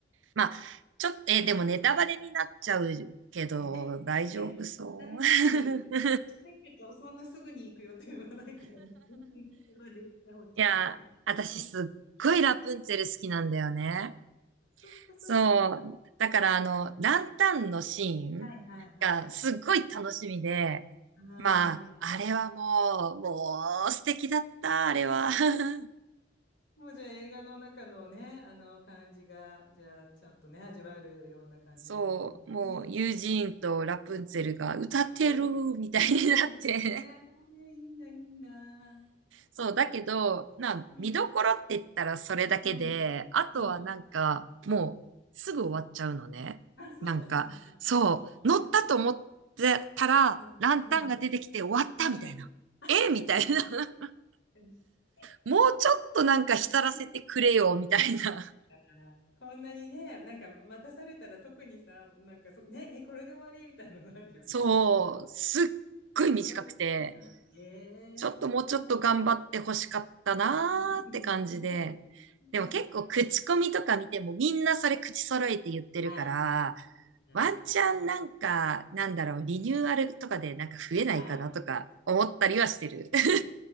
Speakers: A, on the right; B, on the left.
A: まあ、ちょっと、えーでもネタバレになっちゃうけど、
B: うんえ、
A: 大丈夫そう
B: え、全然大丈夫。
A: <laughs>
B: したいけど、そんなすぐに行く予定はないから、全然手放してほしい。
A: いや、私すっごいラプンツェル好きなんだよね。
B: うんそっか、そっか。
A: そう。だから、あの、ランタンのシーンがすっごい楽しみで、
B: はい、はい、はい。はーい。
A: まあ、あれはもう、もう素敵だった、あれは。<laughs>
B: もうじゃあ映画の中のね、あの感じが、じゃあちょっとね、味わえるような感じなんだね。
A: そう、もう、
B: ね
A: ユージーンとラプンツェルが歌ってるみたいになって
B: うん。うん。ね、いいな、いいな。
A: そう、だけど、
B: う
A: な、
B: ん、
A: 見どころって言ったらそれだけで、
B: うん、
A: あとはなんか、
B: うん、
A: もうすぐ終わっちゃうのね。
B: うん。あ、そうなんだ。
A: なんか、そう、乗ったと思ってたら、
B: ね、うん、
A: ランタンが出てきて終わったみたいな。
B: うん、うん。あ、そうだ
A: えみたいな。<laughs>
B: か
A: もうちょっとなんか浸らせてくれよ、
B: ちょっとね
A: みたいな。
B: だかこんなにね、なんか待たされたら特にさ、なんかそ、ね、え、これで終わりみたいなのあるよね、
A: そう、
B: 確かに。
A: すっごい短くて。
B: そうええー、
A: ちょっともうちょっと頑張って欲しかったなーって感じで。
B: そうなんだ。うん <laughs> ねそうなんだ。
A: でも結構口コミとか見てもみんなそれ口揃えて言ってるから、
B: ああ、そうですか。
A: ワンチャンなんか、なんだろう、リニューアルとかでなんか増えないかなとか思ったりはしてる。
B: ああ、
A: <laughs>
B: ね、